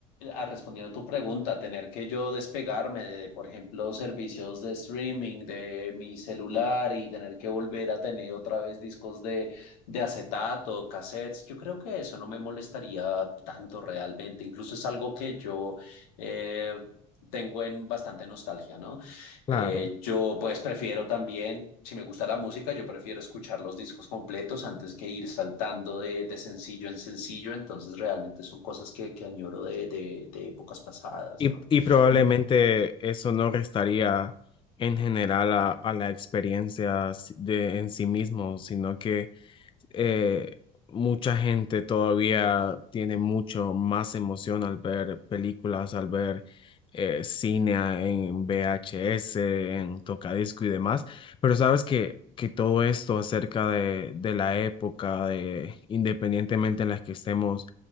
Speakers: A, on the left (about 85°); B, on the left (about 25°).
A: ah, respondiendo a tu pregunta, tener que yo despegarme de, por ejemplo, servicios de streaming de mi celular y tener que volver a tener otra vez discos de, de acetato, cassettes, yo creo que eso no me molestaría tanto realmente. Incluso es algo que yo eh, tengo en bastante nostalgia, ¿no?
B: Claro.
A: Eh, yo pues prefiero también, si me gusta la música, yo prefiero escuchar los discos completos antes que ir saltando de, de sencillo en sencillo, entonces realmente son cosas que, que añoro de, de, de épocas pasadas,
B: Y,
A: ¿no?
B: y probablemente
A: Mm.
B: eso no restaría en general a, a la experiencia si- de, en sí mismo, sino que eh, mucha gente todavía tiene mucho más emoción al ver películas, al ver eh, cine a- en VHS, en tocadisco y demás. Pero sabes que, que todo esto acerca de, de la época, de, independientemente en la que estemos,